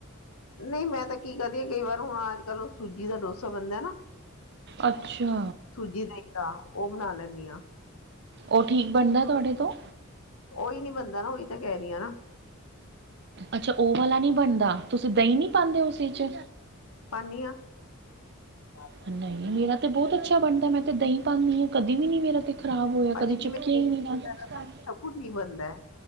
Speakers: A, on the left (about 90°); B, on the right (about 55°).
A: ਨਹੀਂ ਮੈਂ ਤਾਂ ਕੀ ਕਰਦੀ ਹਾਂ, ਕਈ ਵਾਰ ਹੁਣ ਅੱਜ -ਕੱਲ ਉਹ ਸੂਜੀ ਦਾ, ਡੋਸਾ ਬਣਦਾ ਨਾ
B: ਅੱਛਾ।
A: ਸੂਜੀ ਦਹੀ ਦਾ, ਉਹ ਬਣਾ ਲੈਂਦੀ ਆ
B: ਉਹ ਠੀਕ, ਬਣਦਾ ਤੁਹਾਡੇ ਤੋਂ
A: ਓਹੀ ਨਈ ਬਣਦਾ ਨਾ, ਉਹੀ ਤਾਂ ਕਹਿ ਰਹੀ ਆਂ ਨਾ
B: ਅੱਛਾ, ਉਹ ਵਾਲਾ ਨਹੀਂ ਬਣਦਾ, ਤੁਸੀਂ ਦਹੀਂ ਨਹੀਂ, ਪਾਉਦੇ ਉਸ ਚ
A: ਪਾਨੀਂ ਹਾਂ ਮ
B: ਨਹੀਂ
A: <inaudible>
B: ਮੇਰਾ ਤੇ ਬਹੁਤ ਅੱਛਾ ਬਣਦਾ, ਮੈਂ ਤੇ ਦਹੀਂ ਪਾਨੀਂ ਹਾਂ, ਕਦੀ ਵੀ ਨੀ ਮੇਰਾ ਤੇ ਖ਼ਰਾਬ ਹੋਇਆ
A: ਹਜੇ
B: ਕਦੀ
A: ਕਿ
B: ਚਿਪਕਿਆ
A: ਮੈ
B: ਹੀ ਨਹੀਂ
A: ਸਭ
B: ਨਾ।
A: ਕੁਛ ਨ ਬਣਦਾ